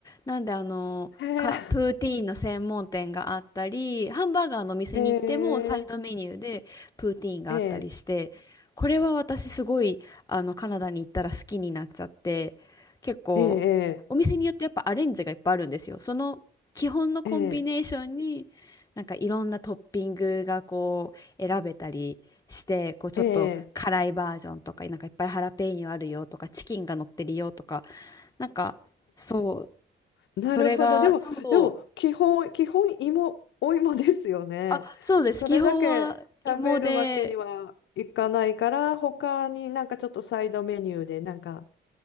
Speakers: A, on the left; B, on the left.
A: なんであの、
B: へえ、
A: か、プーティーンの専門店があったり、ハンバーガーのお店に行ってもサイドメニューでプーティーンがあったりして、
B: へえ、ええ、
A: これは私すごいあのカナダに行ったら好きになっちゃって、結構お店によってやっぱアレンジがいっぱいあるんですよ。
B: ええ、
A: その基本のコンビネーションになんかいろんなトッピングがこう選べたり。
B: ええ、
A: して、こうちょっと辛いバージョンとか、
B: ええ
A: なんかいっぱいハラペーニョあるよとか、チキンが乗ってるよとか、なんか、そう、
B: なるほど。
A: それが、
B: でも、
A: そう、
B: でも、基本、基本、芋、お芋ですよね。
A: あ、そうです。
B: それだけ食べるわけにはいかないから、
A: 基本は芋で、
B: 他になんかちょっとサイドメニューでなんか